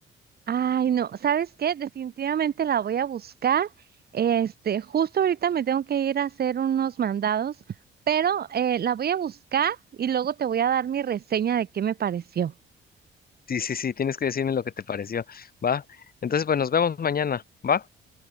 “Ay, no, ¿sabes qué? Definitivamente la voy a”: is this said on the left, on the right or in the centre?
Right